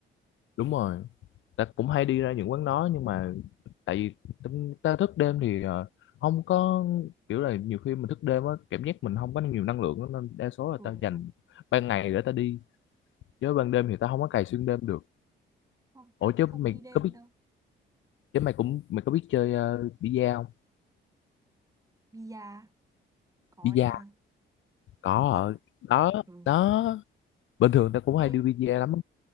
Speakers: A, on the left (about 75°); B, on the right (about 15°).
A: đúng rồi ta cũng hay đi ra những quán đó nhưng mà tại vì tính- ta thức đêm thì ờ, không có kiểu là nhiều khi mình thức đêm á cảm giác mình không có nhiều năng lượng á, nên đa số là
B: ừ
A: ta dành
B: đúng
A: ban ngày để ta đi chứ ban đêm thì ta không có cày xuyên đêm được
B: không tao
A: ủa chứ
B: cũng không
A: mày
B: đi đêm
A: có biết
B: đâu
A: chứ mày cũng mày có biết chơi uh, bi-a không
B: bia có
A: bi-a
B: nha
A: có
B: có
A: ở đó
B: ừ
A: đó bình thường ta cũng hay
B: ê
A: đi bi-a lắm